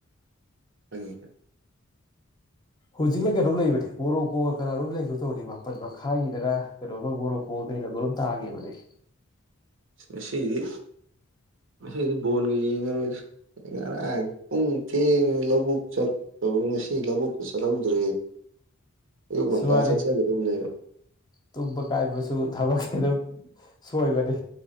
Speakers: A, on the right; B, on the left.
A: ꯊ <unintelligible>
B: ꯍꯧꯖꯤꯛꯅ ꯀꯩꯅꯣꯝ ꯂꯩꯕꯅꯦ ꯃꯕꯣꯔꯣꯛꯀꯣꯛ ꯀꯅꯥꯅꯣꯝ ꯂꯩꯕꯥꯒꯤꯝ ꯇꯧꯕꯅꯦ ꯃꯥꯄꯜ ꯃꯈꯥꯏꯒꯤꯗꯅ ꯀꯩꯅꯣꯒ ꯃꯕꯣꯔꯣꯛꯀꯣꯛ ꯀꯩ ꯂꯝꯒ ꯅꯣꯝ ꯇꯥꯒꯤꯕꯅꯤ
A: ꯉꯁꯤꯗꯤ ꯉꯁꯤꯗꯤ ꯕꯣꯟꯒ ꯌꯦꯡꯉꯔꯣꯏꯗ ꯉꯔꯥꯡ ꯄꯨꯡ ꯊꯦꯡꯅ ꯂꯧꯕꯨꯛ ꯆꯠꯇꯧ ꯉꯁꯤ ꯂꯧꯕꯨꯛꯇ ꯆꯠꯍꯧꯗ꯭ꯔꯦ ꯑꯌꯨꯛ
B: ꯑꯁ
A: ꯉꯟꯇ
B: ꯋꯥꯅꯤ
A: ꯆꯠꯆꯒꯗꯝꯅꯦꯕ
B: ꯇꯨꯝꯕ ꯀꯥꯏꯕꯁꯨ ꯊꯕꯛꯁꯦ ꯑꯗꯨꯝ ꯁꯣꯏꯕꯅꯤ